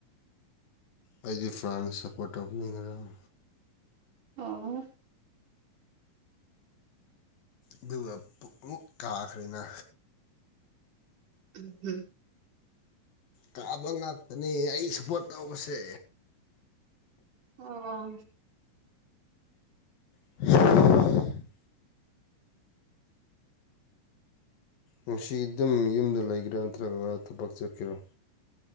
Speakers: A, on the left; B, on the right.
A: ꯑꯩꯗꯤ ꯐ꯭ꯔꯥꯟꯁ ꯁꯞꯄꯣꯔꯠ ꯇꯧꯕꯅꯦ ꯉꯔꯥꯡ
B: ꯑꯣ
A: ꯑꯗꯨꯒ ꯄꯨ ꯑꯃꯨꯛ ꯀꯥꯈ꯭ꯔꯦꯅ
B: ꯎꯝ ꯍꯨꯝ
A: ꯀꯥꯕ ꯉꯥꯛꯇꯅꯤ ꯑꯩ ꯁꯞꯄꯣꯔꯠ ꯇꯧꯕꯁꯦ
B: ꯑꯣ
A: <unintelligible> ꯉꯥꯁꯤ ꯑꯗꯨꯝ ꯌꯨꯝꯗ ꯂꯩꯒꯦꯔꯥ ꯅꯠꯇ꯭ꯔꯒ ꯊꯕꯛ ꯆꯠꯀꯦꯔꯣ